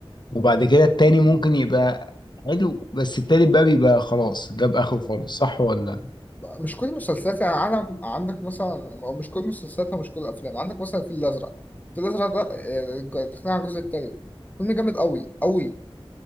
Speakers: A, on the left; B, on the left.
A: وبعد كده التاني ممكن يبقى حلو بس التالت بقى بيبقى خلاص جاب اخره خالص صح ولا
B: مش كل المسلسلات يعني عندك عندك مثلا أو مش كل المسلسلات ومش كل الأفلام عندك مثلا الفيل الأزرق الفيل الأزرق ده آه، دخلنا على الجزء التالت فيلم جامد أوي أوي